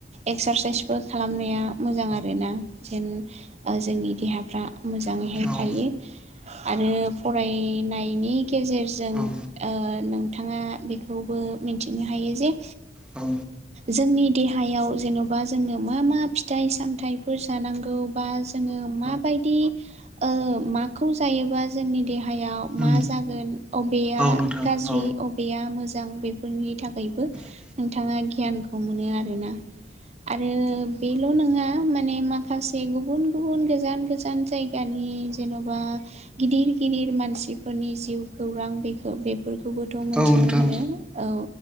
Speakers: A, on the right; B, in the centre.
A: एक्सारसाइस बो खालामनाया मोजां आरो ना जेन ओ जोंनि देहाफ्रा मोजाङैहाय
B: औ
A: थायो। आरो फरायनायनि गेजेरजों
B: औ
A: ओ नों थाङा बेखौबो मिनथिनो हायो जे
B: औ।
A: जोंनि देहायाव जेन'बा जोंनो मा मा फिथाइ सामथाइफोर जानांगौ बा जोङो माबायदि ओ मा खौ जायोबा जोंनि देहायाव
B: उम
A: मा जागोन अबेया
B: औ नोंथां
A: गाज्रि
B: औ
A: अबेया मो मोजां बेफोरनि थाखायबो
B: औ
A: नोंथाङा गियानखौ मोनो आरो ना। आरो बेल' नङा माने माखासे गुबुन गुबुन गोजान गोजान जायगानि नि जेन'बा गिदिर गिदिर मानसिफोरनि जिउ खौरां बेखौ बे फोरखौबोथ' मोनथिनो
B: औ नोंथां औ नोंथां
A: मोनो औ